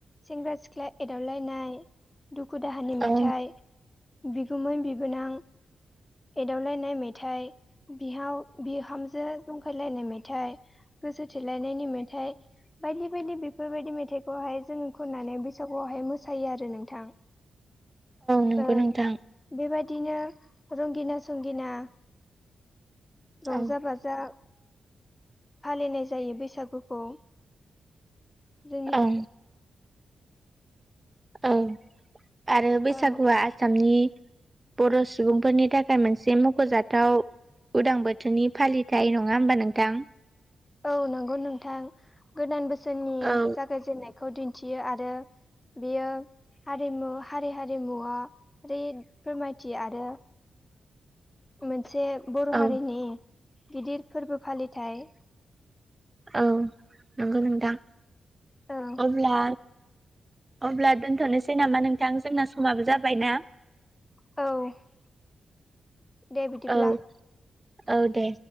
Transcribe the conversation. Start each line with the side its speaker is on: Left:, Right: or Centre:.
Left: सेंग्रा-सिख्ला एदावलायनाय दुखु दाहानि
Right: औ
Left: मेथाइ बिगुउमै बिबोनां एदावलायनाय मेथाइ बिहाव बिहामजो जंखायलायनाय मेथाइ गोसो थोलायनायनि मेथाइ बायदि बायदि बेफोरबायदि मेथाइखौहाय जों खननानै बैसागुआवहाय मोसायो आरो नोंथां।
Right: नंगौ
Left: औ
Right: नोंथां
Left: बेबायदिनो रंगिना संगिना रंजा
Right: औ
Left: बा जा फालिनाय जायो बैसागुखौ जोंनि
Right: ओं ओं आरो बैसागुआ
Left: ओं
Right: आसामनि बर' सुबुंफोरनि थाखाय मोनसे मख'जाथाव उदां बोथोरनि फालिथाइ नङा होमबा नोंथां?
Left: औ नंगौ नोंथां गोदान बोसोरनि
Right: औ
Left: जागायजेननायखौ दिन्थियो आरो बियो हारिमु हारि हारिमुवा ओरि फोरमायथि आरो मोनसे बर' हारिनि
Right: औ
Left: गिदिर फोरबो फालिथाय।
Right: औ नंगौ नोंथां
Left: औ
Right: अब्ला अब्ला दोनथ'नोसै नामा नोंथां जोंना समाबो जाबाय ना
Left: औ दे बिदिब्ला
Right: औ औ दे